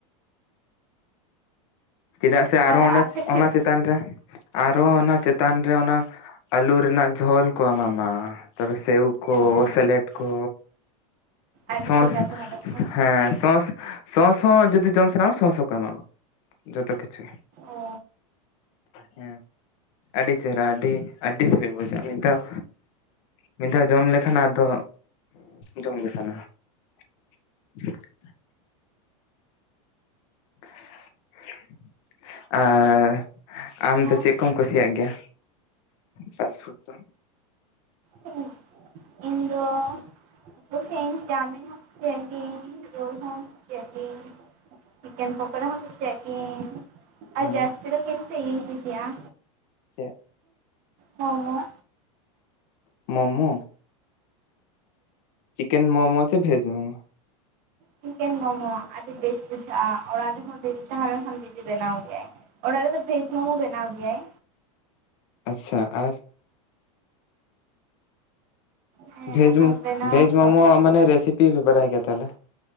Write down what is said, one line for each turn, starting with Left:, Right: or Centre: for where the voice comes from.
Left: ᱪᱮᱫᱟᱜ ᱥᱮ ᱟᱨᱚ
Right: ᱟᱨ
Left: ᱚᱸᱱᱮ
Right: ᱟᱯᱮ
Left: ᱚᱱᱟ
Right: ᱥᱮᱫ
Left: ᱪᱮᱛᱟᱱ ᱨᱮ ᱟᱨ ᱦᱚ ᱚᱱᱟ ᱪᱮᱛᱟᱱ ᱨᱮ ᱚᱱᱟ ᱟᱹᱞᱩ ᱨᱮᱱᱟᱜ ᱡᱷᱚᱞ ᱠᱚ ᱮᱢᱟᱢᱟ᱾ ᱛᱚᱵᱮ ᱥᱮᱣ ᱠᱚ
Right: ᱚ
Left: ᱥᱮᱞᱮᱰ ᱠᱚ᱾
Right: ᱟᱹᱰᱤ
Left: ᱥᱚᱸᱥ
Right: ᱪᱮᱦᱨᱟ ᱛᱟᱦᱚᱞᱮ ᱛᱚ
Left: ᱦᱮᱸ ᱥᱚᱥ ᱥᱚᱥ ᱦᱚᱸ ᱡᱩᱫᱤ ᱡᱚᱢ ᱥᱟᱱᱟᱢ ᱥᱚᱥ ᱦᱚᱸᱠᱚ ᱮᱢᱟᱢᱟ᱾ ᱡᱚᱛᱚ ᱠᱤᱪᱩ,
Right: ᱚ
Left: ᱦᱮᱸ᱾ ᱟᱹᱰᱤ ᱪᱮᱦᱮᱨᱟ ᱟᱹᱰᱤ-ᱟᱹᱰᱤ ᱥᱤᱵᱤᱞ ᱵᱩᱡᱷᱟᱜᱼᱟ ᱢᱤᱫ ᱫᱷᱟᱣ ᱢᱤᱫ ᱫᱷᱟᱣ ᱡᱚᱢ ᱞᱮᱠᱷᱟᱱ ᱟᱫᱚ, ᱡᱚᱢ ᱜᱮ ᱥᱟᱱᱟᱣᱟ᱾ <unintelligible> <unintelligible> ᱟᱨ ᱟᱢ ᱫᱚ
Right: ᱟᱨ
Left: ᱪᱮᱫ ᱠᱚᱢ ᱠᱩᱥᱤᱭᱟᱜ ᱜᱮᱭᱟ? ᱯᱟᱥᱯᱷᱩᱰ ᱫᱚ᱾
Right: ᱦ <inaudible> ᱤᱧ ᱫᱚᱻ᱾ ᱠᱩᱥᱤᱭᱟᱜ ᱟᱹᱧ ᱪᱟᱣᱢᱤᱱ ᱦᱚᱸ ᱠᱩᱥᱤᱭᱟᱜ ᱜᱤᱭᱟᱹᱧ, ᱨᱳᱞ ᱦᱚᱸ ᱠᱩᱥᱤᱭᱟᱜ ᱜᱤᱭᱟᱹᱧ᱾ ᱪᱤᱠᱮᱱ ᱯᱚᱠᱚᱲᱟ ᱦᱚᱸ ᱠᱩᱥᱤᱭᱟᱜ ᱠᱤᱱ᱾ ᱟᱨ
Left: ᱦᱩᱸ
Right: ᱡᱟᱹᱥᱛᱤ ᱫᱚ ᱠᱤᱱᱛᱩ ᱤᱭᱟᱹᱧ ᱠᱩᱥᱤᱭᱟᱜᱼᱟ
Left: ᱪᱮᱫ?
Right: ᱢᱳᱢᱳ᱾
Left: ᱢᱳᱢᱳ᱾ ᱪᱤᱠᱮᱱ ᱢᱳᱢᱳ ᱪᱮ ᱵᱷᱮᱡᱽ ᱢᱳᱢᱳ?
Right: ᱪᱤᱠᱮᱱ ᱢᱳᱢᱳ ᱟᱹᱰᱤ ᱵᱮᱥ ᱵᱩᱡᱷᱟᱹᱜᱼᱟ᱾ ᱚᱲᱟᱜ ᱨᱮᱦᱚᱸ ᱫᱮᱫᱤ ᱛᱟᱦᱮᱸ ᱞᱮᱱᱠᱷᱟᱱ ᱫᱤᱫᱤ ᱵᱮᱱᱟᱣ ᱜᱮᱭᱟᱭ᱾ ᱚᱲᱟᱜ ᱨᱮᱫᱚ ᱯᱷᱮᱡᱽ ᱢᱳᱢᱳ ᱵᱮᱱᱟᱣ ᱜᱮᱭᱟᱭ᱾
Left: ᱟᱥᱥᱟ ᱟᱨ
Right: ᱦᱮᱸ
Left: ᱵᱷᱮᱡᱽ
Right: ᱚᱱᱟ
Left: ᱢᱳ
Right: ᱵᱮᱱᱟᱣ
Left: ᱷᱮᱡᱽ ᱢᱳᱢᱳ
Right: ᱠᱚᱜ
Left: ᱢᱟᱱᱮ ᱨᱮᱥᱤᱯᱤ ᱯᱮ ᱵᱟᱰᱟᱭ ᱜᱮᱭᱟ ᱛᱟᱦᱚᱞᱮ᱾